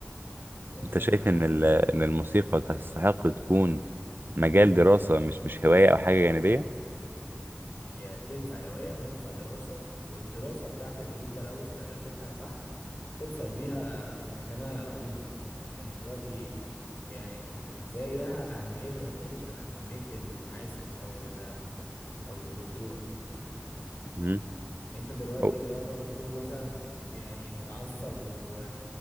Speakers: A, on the left; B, on the right.
A: وأفضل
B: انت شايف
A: بقى
B: ان ال... ان الموسيقى تستحق تكون مجال دراسه مش مش هوايه او حاجه جانبيه
A: هي تنفع هواية وينفع دراسة والدراسة بتاعتك دي أنت لو استغلتها صح هتوصل بيها في مكانة رهيبة يعني دلوقتي يعني زيها أهميتها ما تقلش عن أهمية المحاسب أو ال أو الدكتور
B: مم.
A: أنت دلوقتي
B: أو...
A: لما بتكون مثلا مت يعني متعصب و